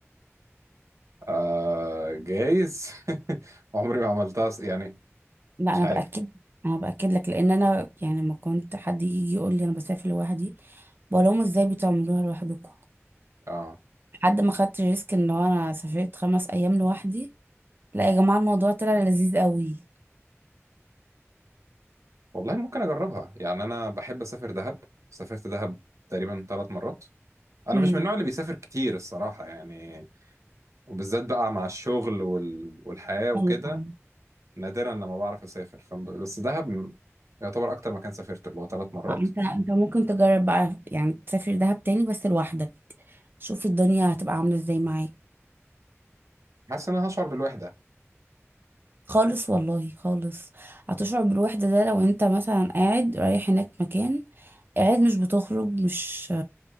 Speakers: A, on the right; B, on the right.
A: آه جايز <laughs> عمري ما عملتها أص- يعني
B: لا
A: مش
B: انا
A: عارف
B: باكد انا باكد لك لان انا يعني لما كنت حد يجي يقول لي انا بسافر لوحدي بقول لهم ازاي بتعملوها لوحدكم
A: اه
B: حد ما خدت ريسك ان هو انا سافرت خمس ايام لوحدي لا يا جماعه الموضوع طلع لذيذ قوي
A: والله ممكن أجربها يعني أنا بحب أسافر دهب سافرت دهب تقريبا ثلاث مرات أنا
B: امم
A: مش من النوع اللي بيسافر كتير الصراحة يعني وبالذات بقى مع الشغل وال... والحياة وكده
B: ايوه
A: نادرا لما بعرف أسافر ف... بس دهب م- يعتبر أكتر مكان سافرت اللي هو ثلاث مرات
B: آه، انت انت ممكن تجرب بقى يعني تسافر دهب تاني بس لوحدك شوف الدنيا هتبقى عامله ازاي معاك
A: حاسس إن أنا هشعر بالوحدة
B: خالص والله خالص هتشعر بالوحده ده لو انت مثلا قاعد رايح هناك مكان قاعد مش بتخرج مش